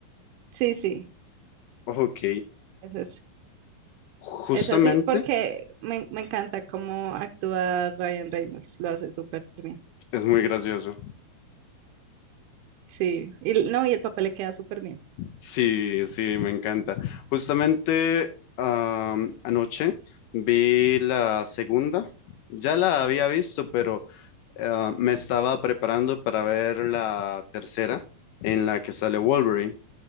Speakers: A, on the right (about 85°); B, on the left (about 80°).
A: Sí, sí,
B: ok,
A: eso es.
B: justamente
A: Es así porque me, me encanta cómo actúa Ryan Reynolds, lo hace súper bien.
B: es muy gracioso.
A: Sí, y l- no, y el papel le queda súper bien.
B: Sí, sí, me encanta. Justamente am, anoche vi la segunda, ya la había visto, pero ah, me estaba preparando para ver la tercera en la que sale Wolverine,